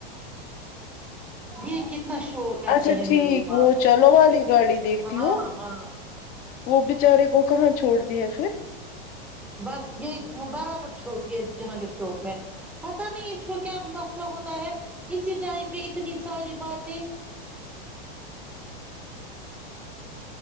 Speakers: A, in the centre; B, on the left.
A: یہ کتنا شور کرتی
B: اچھا
A: ہے میری
B: ٹھیک
A: ماں
B: وہ چلو والی گاڑی دیکھتی
A: ہاں
B: ہو
A: ہاں
B: وہ بچارے کو کہاں چھوڑتی ہے پھر
A: بس یہ وہ برابر چھوڑتی ہے جہانگیر چوک میں پتہ نہیں اس کو کیا مسئلہ ہوتا ہے اسی ٹائم پہ اتنی ساری باتیں